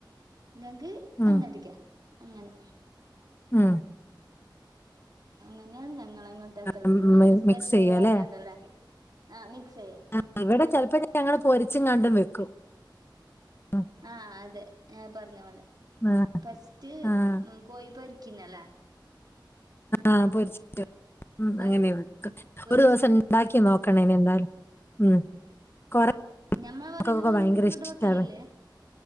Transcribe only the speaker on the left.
ഉം
മം
ഉം
മിക്സ് ചെയ്യാം
അല്ലേ
ആ ഇവിടെ ചിലപ്പോ ഞങ്ങൾ പൊരിച്ചും കണ്ടും വെക്കും. ഉം.
ആഹ്
ആഹ്
ആഹ് പൊരിച്ചിട്ട്,
അങ്ങനെയൊന്ന്
ഒരു ദിവസം ഒന്ന്
ഉണ്ടാക്കി നോക്കണേ എന്തായാലും. ഉം. കൊറെ
മക്കക്കൊക്കെ
ഭയങ്കര
ഇഷ്ടാണ്.